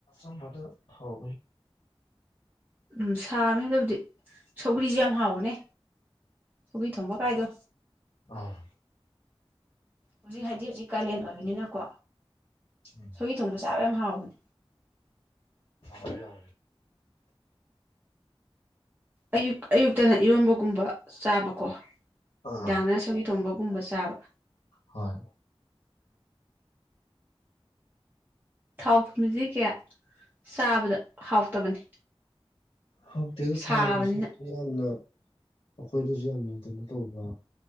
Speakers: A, on the left (about 65°); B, on the right (about 20°).
A: ꯑ ꯃꯗ ꯍꯥꯎ
B: ꯎꯝ ꯁꯥꯕꯃꯦꯗꯕꯨꯗꯤ ꯁꯧ꯭ꯔꯤꯁꯦ ꯌꯥꯝ ꯍꯥꯎꯕꯅꯦ ꯊꯨꯕꯤ ꯊꯝꯕ ꯀꯥꯏꯗꯣ
A: ꯑꯥ
B: ꯍꯧꯖꯤꯛ ꯍꯥꯏꯗꯤ ꯍꯧꯖꯤꯛ ꯀꯥꯂꯦꯟ ꯑꯣꯏꯕꯅꯤꯅꯀꯣ
A: ꯎꯝ
B: ꯁꯣꯏꯍꯤ ꯊꯣꯡꯕ ꯆꯥꯕ ꯌꯥꯝ ꯍꯥꯎꯕꯅꯦ
A: ꯑꯗꯦ ꯑ
B: ꯑꯌꯨꯛ ꯑꯌꯨꯛꯇꯅ ꯏꯔꯣꯟꯝꯕꯒꯨꯝꯕ ꯆꯥꯕꯀꯣ
A: ꯑꯥ
B: ꯗꯥꯡꯅ ꯁꯪꯕꯤ ꯊꯣꯡꯕꯒꯨꯝꯕ ꯆꯥꯕ
A: ꯍꯣꯏ
B: ꯊꯥꯎ ꯊꯨꯝꯖꯤ ꯀꯌꯥ ꯆꯥꯕꯗ ꯍꯥꯎꯇꯕꯅꯤ
A: ꯍꯧꯛꯇꯤ
B: ꯁꯥꯕꯅꯤꯅ
A: ꯊꯥꯎꯒꯤ ꯁꯁ ꯌꯥꯝꯅ ꯑꯩꯈꯣꯏꯗꯁꯨ ꯌꯥꯝꯅ ꯀꯩꯅꯣ ꯇꯧꯕ